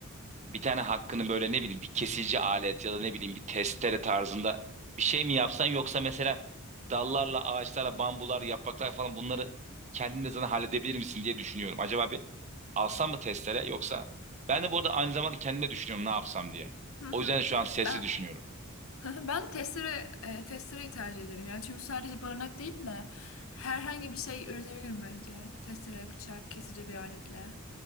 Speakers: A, on the right; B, on the left.
A: bir tane hakkını böyle ne bileyim bir kesici alet ya da ne bileyim bir testere tarzında bir şey mi yapsan yoksa mesela dallarla, ağaçlarla, bambular, yapraklar falan bunları kendin de zaten halledebilir misin diye düşünüyorum. Acaba bir alsam mı testere yoksa ben de bu arada aynı zamanda kendime düşünüyorum ne yapsam diye.
B: Hı hı.
A: O yüzden de şu an sesli
B: ben
A: düşünüyorum.
B: <laughs> ben testere e, testereyi tercih ederim ya. Çünkü sadece barınak değil de herhangi bir şey üretebilirim bence. Testere, bıçak, kesici bir aletle.